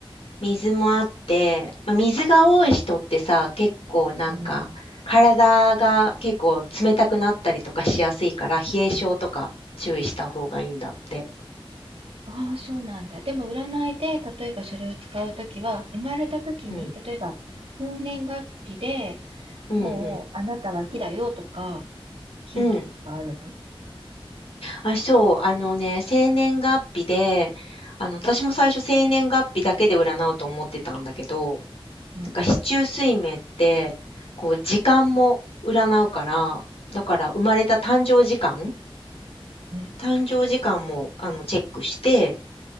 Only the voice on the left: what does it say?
水もあって、まあ、水が多い人ってさ、結構なんか、
体が結構冷たくなったりとかしやすいから、冷え性とか注意した方がいいんだって。
うん。
うん
うん。うん。あ、そう。あのね、生年月日で、あの、私も最初生年月日だけで占うと思ってたんだけど、
なんか四柱推命って、こう、時間も占うから、だから生まれた誕生時間
誕生時間も、あの、チェックして、